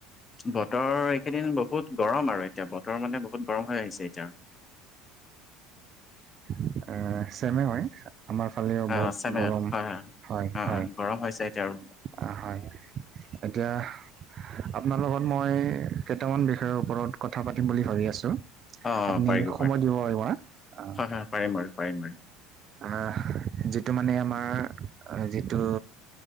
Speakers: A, on the left; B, on the right.
A: বতৰ এইকেইদিন বহুত গৰম আৰু এতিয়া বতৰ মানে বহুত গৰম হৈ আহিছে এতিয়া।
B: এ, চেমে হয়। আমাৰ ফালেও
A: অ
B: বহুত
A: চামে
B: গৰম
A: হয়
B: হয়,
A: অ
B: হয়
A: অ গৰম হৈছে এতিয়া আৰু
B: আ, হয়। এতিয়া আপোনাৰ লগত মই কেইটামান বিষয়ৰ ওপৰত কথা পাতিম বুলি ভাবি আছো।
A: অ
B: আপুনি
A: অ পাৰিব
B: সময় দিব পাৰিব না? অ'
A: হয় হয় হয় পাৰিম বাৰু পাৰিম পাৰিম।
B: আহ যিটো মানে আমাৰ যিটো।